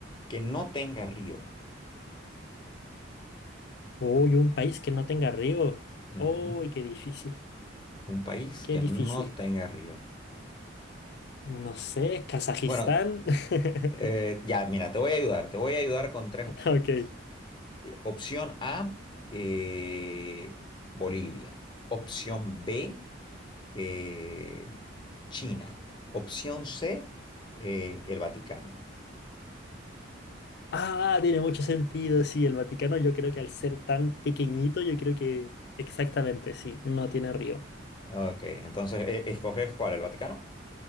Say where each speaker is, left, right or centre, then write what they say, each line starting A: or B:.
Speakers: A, on the left (about 25°); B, on the left (about 55°).
A: que no tenga río.
B: Uy, un país que no tenga río.
A: Ujú.
B: Uy, qué difícil,
A: Un país
B: qué
A: que
B: difícil.
A: no tenga río.
B: No sé, Kazajistán.
A: Bueno,
B: <laughs>
A: eh, ya, mira, te voy a ayudar. Te voy a ayudar con tres opciones.
B: Ok.
A: Eh, Opción A, eh, Bolivia. Opción B, eh, China. Opción C, eh, el Vaticano.
B: Ah, tiene mucho sentido, sí, el Vaticano yo creo que al ser tan pequeñito, yo creo que exactamente, sí, no tiene río.
A: Ok, entonces, eh, ¿escoges cuál? ¿El Vaticano?